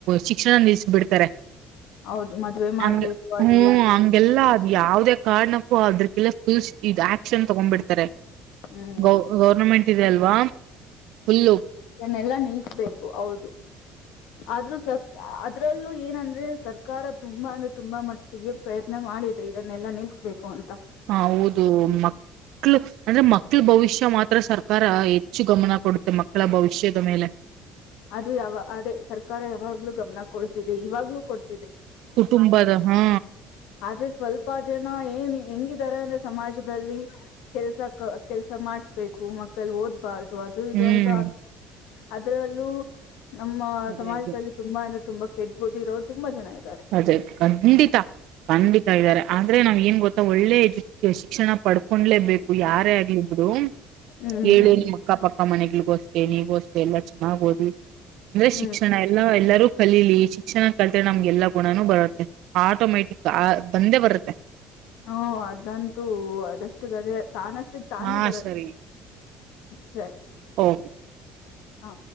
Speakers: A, on the right; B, on the left.
A: ಶಿಕ್ಷಣ ನಿಲ್ಲಸ್ಬಿಡ್ತಾರೆ
B: ಹೌದು ಮದ್ವೆ ಮಾಡ್ಬೇಕು
A: ಹಗೆ
B: ಅದು
A: ಹೂ
B: ಇದು
A: ಹಂಗೆಲ್ಲ ಅದು ಯಾವ್ದೇ ಕಾರ್ಡ್ಣಕ್ಕೂ ಅದ್ರಕಲ್ಲ ಫುಲ್ ಇ ಆಕ್ಷನ್ ತಗೊಂಡ್ಬಿಡ್ತಾರೆ
B: ಹ್ಮ್
A: ಗೌ ಗೌರ್ಮೆಂಟ್ ಅಲ್ವಾ ಫುಲ್ಲ
B: ಇದನ್ನೆಲ್ಲಾ ನಿಲ್ಸ್ಬೇಕು ಹೌದು ಆದ್ರೂ ಸ ಅದ್ರಲ್ಲೂ ಏನಂದ್ರೆ ಸರ್ಕಾರ ತುಂಬಾ ಅಂದ್ರೆ ತುಂಬಾ ಮಟ್ಟಿಗೆ ಪ್ರಯತ್ನ ಮಾಡಿದೆ ಇದನ್ನೆಲ್ಲ ನಿಲ್ಸ್ಬೇಕು ಅಂತ
A: ಹ ಹೌದು ಮಕ್ಳ ಅಂದ್ರೆ ಮಕ್ಳ ಭವಿಷ್ಯ ಮಾತ್ರ ತ್ರ ಸರ್ಕಾರ ಹೆಚ್ಚು ಗಮನ ಕೊಡುತ್ತೆ ಮಕ್ಕಳ ಭವಿಷ್ಯದ ಮೇಲೆ
B: ಅದು ಯಾವ ಅದೇ ಸರ್ಕಾರ ಯಾವಾಗ್ಲೂ ಗಮನ ಕೊಡ್ತಿದೆ ಇವಾಗ್ಲುೂ ಕೊಡ್
A: ಕುಟುಂಬದ ಹಾ
B: ಆದ್ರೆ ಸ್ವಲ್ಪ ಜನ ಏನ್ ಹೆಂಗಿದಿದ್ದಾರೆ ಅಂದ್ರೆ ಸಮಾಜದಲ್ಲಿ ಕೆಲ್ಸ ಕೆಲ್ಸ ಮಾಡ್ಸ್ಬೇಕು ಮಕ್ಕಳ ಓದ್ಬಾರ್ದ ಅದು ಇದು
A: ಹ್ಮ್
B: ಅಂತ ಅದ್ರಲ್ಲೂ ನಮ್ಮ
A: ಅದೇ
B: ಸಮಾಜದಲ್ಲಿ
A: ಅದೇ
B: ತುಂಬಾ ಅಂದ ತುಂಬ ಕೆಟ್ಟಬುದ್ದಿ ಇರೋರು ತುಂಬ ಜನ ಇದ
A: ಅದೇ ಖಂಡಿತ ಖಂಡಿತ ಇದ್ದಾರೆ ಆದ್ರೆ ನಾವ್ ಏನ್ ಗೊತ್ತಾ ಒಳ್ಳೆ ಎಜುಕೇಶನ್ ಶಿಕ್ಷಣ ಪಡ್ಕೊಂಡಲೇಬೇಕು ಯಾರೇ ಆಗಿದ್ರೂ
B: ಹ್ಮ್
A: ಏು ನಿ ಅಕ್ಕ ಪಕ್ಕ ಅ ಮನೆಗಳಗೋಸ್ತೇ ನೀಗೋಸ್ೆ ಎಲ್ಲ ಚೆನ್ನಾಗ ಓದಿ ಅಂದ್ರೆ
B: ಹ್ಮ್
A: ಶಿಕ್ಷಣ
B: ಹ್ಮ್
A: ಎಲ್ಲ ಎಲ್ಲಾರೂ ಕಲಿಲಿ ಶಿಕ್ಷಣ ಕಲ್ತರೆ ನಮ್ಗೆಲ್ಲಾ ಗುಣನೂ ಬರುತ್ತೆ ಆಟೋಮ್ಯಾಟಿಕ್ ಆ ಬಂದೇ ಬರುತ್ತೆ
B: ಹ ಅದಂತೂ ಅದಷ್ಟು ಗದೆ ತಾನಷ್ಟು ತಾನೇ
A: ಹಾ
B: ಬರುತ್ತೆ
A: ಸರಿ
B: ಸರಿ
A: ಓಕೆ
B: ಹಾ